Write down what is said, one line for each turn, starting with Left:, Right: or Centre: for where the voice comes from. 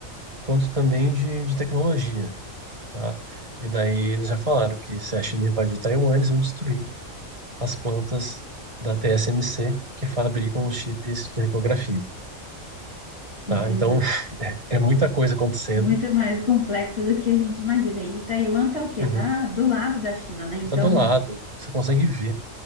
Right: quanto também de, de tecnologia, tá? E daí eles já falaram que se a China invadir Taiwan, eles vão destruir as plantas da TSMC que fabricam os chips de litografia, tá?
Left: Entendi.
Right: Então <laughs> é muita coisa acontecendo.
Left: Muito mais complexa do que a gente imagina. E Taiwan tá o quê?
Right: Uhum.
Left: Tá do lado da China, né? Então,
Right: Tá do lado, você consegue ver,